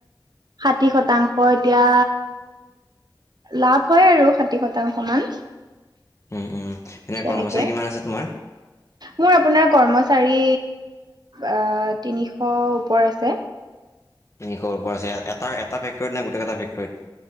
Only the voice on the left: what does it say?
উম্ উম। এনে
কৰ্মচাৰী কিমান আছে তোমাৰ
তিনিশ ওপৰ আছে এটা এটা ফেক্টৰীত নে গোটেই কেইটা ফেক্টৰীত?